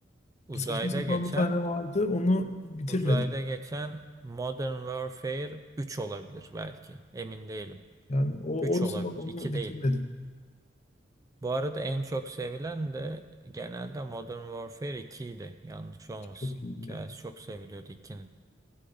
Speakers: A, on the right; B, on the left.
A: Uzayda
B: Bir saçma sapan
A: geçen
B: bir tane vardı onu bitirmedim.
A: uzayda geçen Modern Warfare 3 olabilir belki. Emin değilim.
B: Yani o
A: üç
B: oysa
A: olabilir.
B: onu
A: iki
B: bitirmedim.
A: değil. Bu arada en çok sevilen de genelde Modern Warfare 2 idi. Yanlış olmasın.
B: Çok iyiydi
A: Hikayesi
B: ya.
A: çok seviliyordu ikinin.